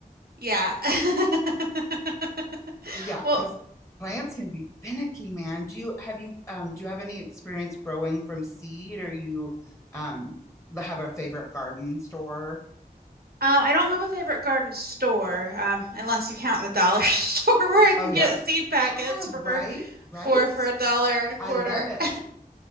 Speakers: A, on the right (about 90°); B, on the left (about 20°).
A: Yeah. <laughs>
B: yeah,
A: Well,
B: because plants can be finicky, man. Do you have you um do you have any experience growing from seed or you um l- have a favorite garden store?
A: Um, I don't have a favorite garden store, um, unless you count the dollar <laughs> store where I can
B: Oh, yep.
A: get seed packets
B: Ah,
A: for
B: right, right.
A: for for a dollar and a quarter.
B: I love it.
A: <laughs>